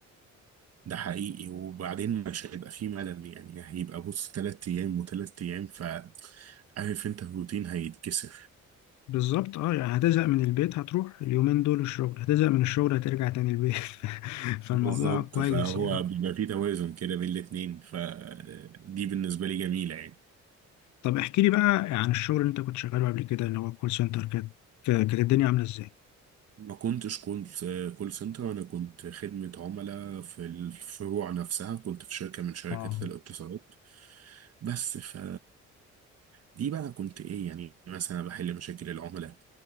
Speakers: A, on the right; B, on the left.
A: ده حقيقي وبعدين مش هيبقى فيه ملل يعني هيبقى بص تلات أيام وتلات أيام ف عارف أنت الروتين هيتكسر
B: بالظبط اه يعني هتزهق من البيت هتروح اليومين دول الشغل هتزهق من الشغل هترجع تاني البيت <laughs> فالموضوع
A: بالظبط
B: كويس
A: فهو
B: يعني
A: بيبقى فيه توازن كده بين الاتنين فدي بالنسبة لي جميلة يعني
B: طب احكي لي بقى عن الشغل اللي انت كنت شغاله قبل كده اللي هو الكول سنتر كانت كانت الدنيا عاملة ازاي؟
A: ما كنتش كنت كول سنتر أنا كنت خدمة عملاء في الفروع نفسها كنت في شركة من شركات
B: اه
A: الاتصالات بس ف دي بقى كنت إيه يعني مثلا بحل مشاكل العملاء